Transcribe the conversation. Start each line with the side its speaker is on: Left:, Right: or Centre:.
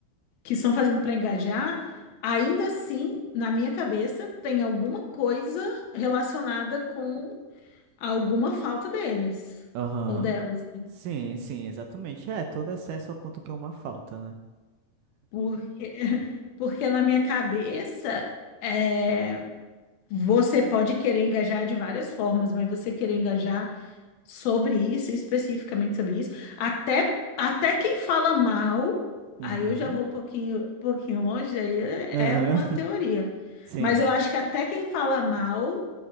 Left: que estão fazendo pra engajar, ainda assim, na minha cabeça, tem alguma coisa relacionada com alguma falta deles
Right: Aham.
Left: ou delas, né?
Right: Sim, sim, exatamente. É, todo excesso aponta pra uma falta, né?
Left: Porque, <laughs> porque na minha cabeça, é, Você pode querer engajar de várias formas, mas você querer engajar sobre isso, especificamente sobre isso, até, até quem fala mal,
Right: Uhum.
Left: aí eu já vou um pouquinho, um pouquinho longe, aí é
Right: Aham.
Left: é uma teoria.
Right: <laughs> Sim,
Left: Mas eu acho que até quem fala mal